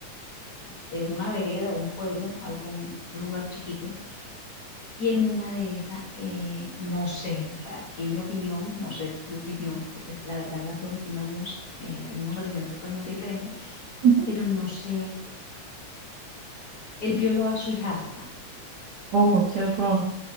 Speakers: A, on the left; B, on the right.
A: de una vereda, un pueblo, algo, un lugar chiquito, y en una de esas, eh, no sé, o sea, aquí mi opinión, no sé tu opinión, porque pues la verdad las dos opinamos, eh, tenemos religión totalmente diferente,
B: Ujú.
A: pero no sé, él violó a su hijastra,
B: Oh, qué horror,